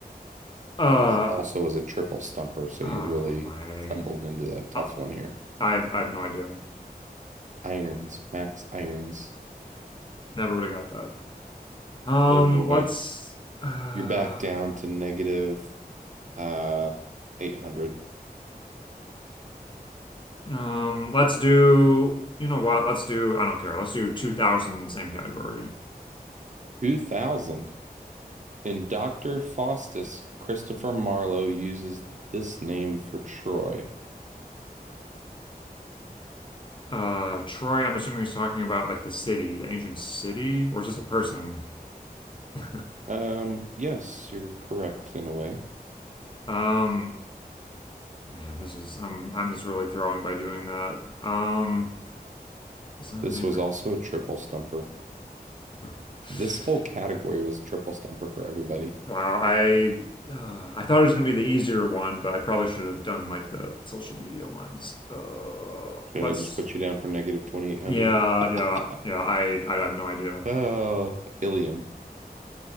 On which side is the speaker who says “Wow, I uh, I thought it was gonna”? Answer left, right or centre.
Left